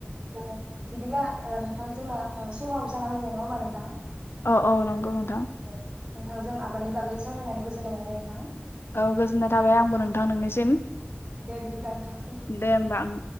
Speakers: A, on the right; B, on the left.
A: ओ। बिदिब्ला ओ नोंथां जोंना ओ समाव जाना फैबाय नङा हनबा नोंथां?
B: अ अ नंगौ नों
A: औ। नोंथांजों आबादनि बागै सावरायनानै गोजोननाय मोनबाय नोंथां।
B: औ गोजोननाय थाबाय आंबो नोंथां नोंनिसिम।
A: दे बिदिब्ला नोंथां दोनथ'नोसै।
B: दे होमबा ओं